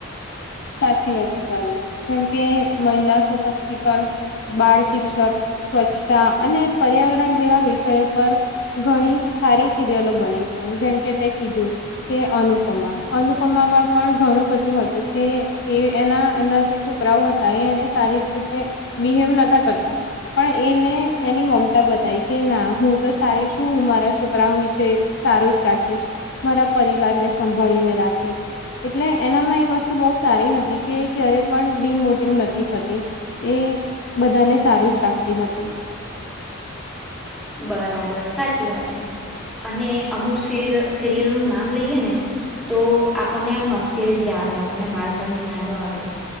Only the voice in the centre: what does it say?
બરાબર સાચી વાત છે અને અમુક સ સિરિયલ નું નામ લઈએ ને તો આપણને એમ નોસ્ટલજી આવે આપણને બાળપણની યાદો આવે